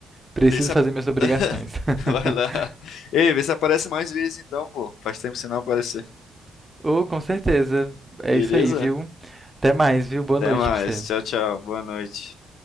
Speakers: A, on the right (about 15°); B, on the left (about 80°).
A: preciso
B: vê se.
A: fazer
B: a-
A: minhas obrigações.
B: <laughs> Vai
A: <laughs>
B: lá. Ei, vê se aparece mais vezes então, pô. Faz tempo que você não aparecer.
A: oh, com certeza. É
B: Beleza?
A: isso aí, viu? Até mais, viu? Boa
B: Até
A: noite
B: mais.
A: pra você.
B: Tchau, tchau. Boa noite.